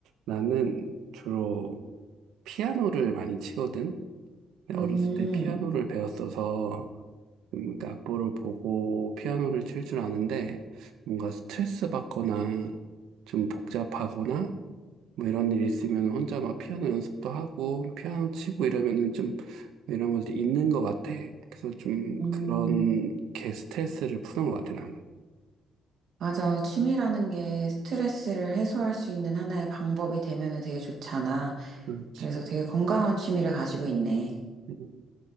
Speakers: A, on the right (about 85°); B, on the right (about 65°).
A: 나는 주로 피아노를 많이 치거든.
B: 음,
A: 어렸을 때 피아노를 배웠어서 음, 그 악보를 보고 피아노를 칠 줄 아는데 뭔가 스트레스 받거나 좀 복잡하거나 뭐 이런 일이 있으면 혼자 막 피아노 연습도 하고 피아노 치고 이러면은 좀 이런 것도 있는 것 같아. 그래서 좀
B: 음.
A: 그런 게 스트레스를 푸는 것 같아 나는.
B: 맞아. 취미라는 게 스트레스를 해소할 수 있는 하나의 방법이 되면은 되게 좋잖아.
A: 그렇지.
B: 그래서 되게 건강한 취미를 가지고 있네.
A: 음.